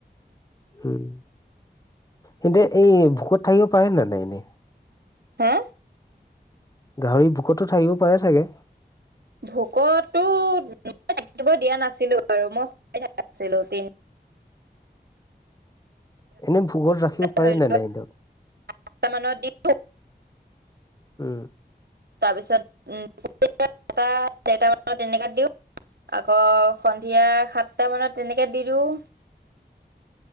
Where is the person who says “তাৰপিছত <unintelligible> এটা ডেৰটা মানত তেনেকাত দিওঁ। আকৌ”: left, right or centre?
Right